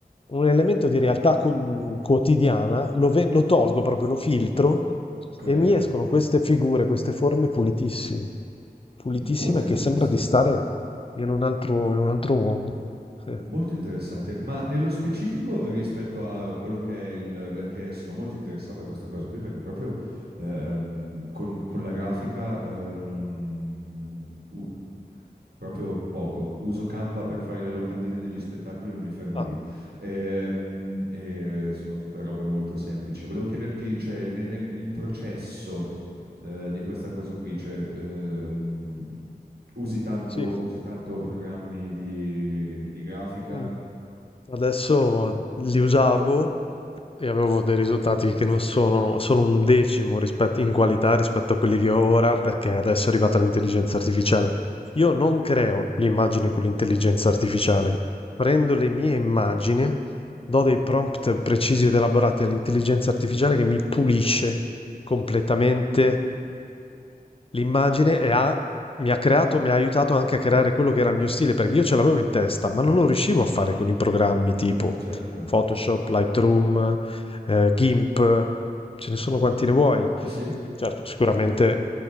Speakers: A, on the left (about 35°); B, on the right (about 80°).
A: un elemento di realtà co- quotidiana, lo, ve- lo tolgo proprio, lo filtro
B: Ok,
A: e mi escono queste figure, queste forme pulitissime, pulitissime
B: molto
A: che
B: interessante.
A: sembra di stare in un altro, in un altro mondo. Sì.
B: Molto interessante, ma nello specifico rispetto a quello che è il, perché sono molto interessato a questa cosa qui, perché proprio ehm, con, con la grafica eh, non, eh, uh, proprio poco. Uso Canva per fare le locandine degli spettacoli, ma mi fermo
A: Ah,
B: lì. Ehm, E, sono tutte robe molto semplici. Volevo chiederti, cioè, ne- nel, il processo eh, di questa cosa qui, cioè, ehm, usi tanto,
A: sì.
B: usi tanto programmi di, di grafica?
A: Mm, Adesso li usavo E avevo dei risultati che non sono sono un decimo rispetto in qualità rispetto a quelli che ho ora, perché adesso è arrivata l'intelligenza artificiale. Io non creo le immagini con l'intelligenza artificiale, prendo le mie immagini, do dei prompt precisi ed elaborati all'intelligenza artificiale che mi pulisce completamente L'immagine e ha mi ha creato mi ha aiutato anche a creare quello che era il mio stile, perché io ce l'avevo in testa, ma non lo riuscivo a fare con i programmi tipo
B: Certo.
A: Photoshop, Lightroom, ehm, Gimp, ce ne sono quanti ne vuoi.
B: Sì, sì,
A: Certo, sicuramente